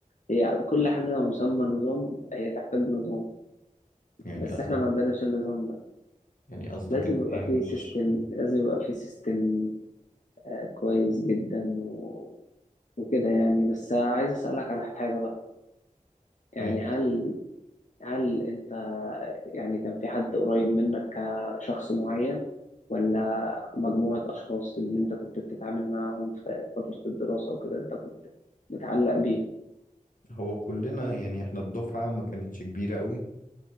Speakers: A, on the left; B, on the left.
A: هي كل حاجه لو مسمى نظام هي تحتاج نظام
B: يعني
A: بس
B: قصدك
A: احنا ما عندناش النظام ده
B: يعني قصدك
A: لازم
B: ان
A: يبقى
B: هي
A: فيه
B: مش
A: سيستم لازم يبقى فيه سيستم كويس جدا و... وكده يعني بس عايز اسالك على حاجه بقى يعني
B: إيه؟
A: هل هل انت يعني كان في حد قريب منك كشخص معين ولا مجموعة أشخاص اللي انت كنت بتتعامل معاهم في فترة الدراسة وكده انت كنت متعلق بيهم
B: هو كلنا يعني احنا الدفعة ما كانتش كبيرة قوي